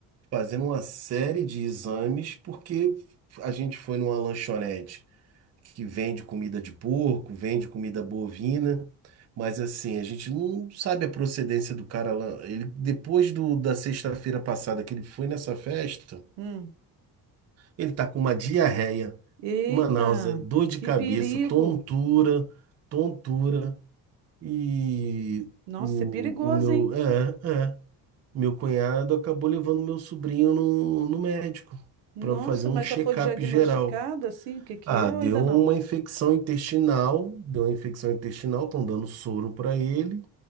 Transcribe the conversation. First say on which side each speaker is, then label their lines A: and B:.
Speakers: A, on the right; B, on the right.
A: fazendo uma série de exames porque a gente foi numa lanchonete que vende comida de porco, vende comida bovina. Mas assim, a gente não sabe a procedência do cara lá. Ele, depois do, da sexta-feira passada que ele foi nessa festa,
B: hum.
A: ele está com uma diarreia,
B: Eita,
A: uma náusea, dor de
B: que
A: cabeça,
B: perigo!
A: tontura, tontura. E
B: Nossa,
A: o,
B: é perigoso,
A: o meu,
B: hein?
A: é, é, meu cunhado acabou levando meu sobrinho no, no médico
B: Nossa,
A: para fazer um
B: mas
A: check-up
B: já foi diagnosticado
A: geral.
B: assim, o que que
A: Ah,
B: é
A: deu
B: ou ainda não?
A: uma infecção intestinal, deu uma infecção intestinal, estão dando soro para ele